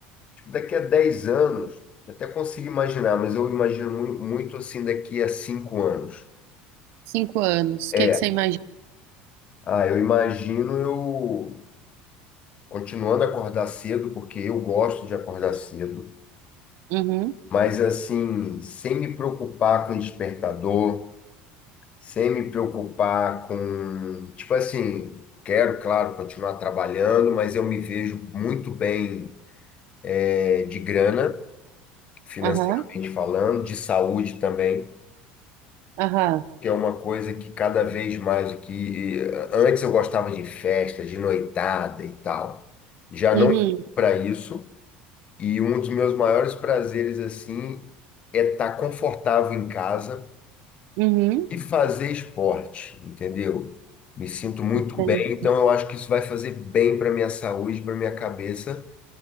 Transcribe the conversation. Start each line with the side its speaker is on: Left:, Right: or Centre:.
Left: Daqui a 10 anos, até consigo imaginar, mas eu imagino mui- muito, assim daqui a 5 anos.
Right: cinco anos.
Left: É,
Right: O que que você imagina?
Left: ah, eu imagino eu continuando a acordar cedo, porque eu gosto de acordar cedo,
Right: Uhum.
Left: mas assim, sem me preocupar com despertador, sem me preocupar com, tipo assim, quero, claro, continuar trabalhando, mas eu me vejo muito bem, é, de grana, financeiramente
Right: Aham.
Left: falando, de saúde também.
Right: Aham.
Left: que é uma coisa que cada vez mais o que antes eu gostava de festa, de noitada e tal. Já
Right: Uhum.
Left: não para isso, e um dos meus maiores prazeres assim é estar confortável em casa
Right: Uhum.
Left: e fazer esporte, entendeu? Me sinto muito
Right: Entendi.
Left: bem, então eu acho que isso vai fazer bem para minha saúde, para minha cabeça,